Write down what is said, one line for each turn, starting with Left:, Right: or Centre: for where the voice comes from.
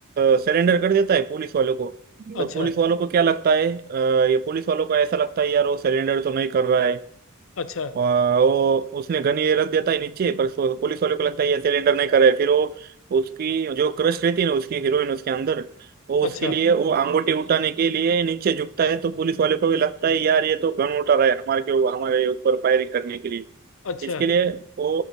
Right: सरेंडर कर देता है पुलिस वालों को
Left: अच्छा
Right: और पुलिस वालों को क्या लगता है अ, ये पुलिस वालों को ऐसा लगता है यार वो सरेंडर तो नहीं कर रहा है
Left: अच्छा
Right: आ, वो उसने गन ये रख देता है नीचे पर सो- पुलिस वाले को लगता है ये सिलेंडर नहीं कर रहा है फिर वो उसकी जो क्रश रहती है ना उसकी हीरोइन उसके अंदर वो
Left: अच्छा
Right: उसके लिए वो अंगूठी उठाने के लिए नीचे झुकता है तो पुलिस वाले को भी लगता है यार ये तो गन उठा रहा है हमारे के हमारे ऊपर फायरिंग करने के लिए
Left: अच्छा
Right: इसके लिए वो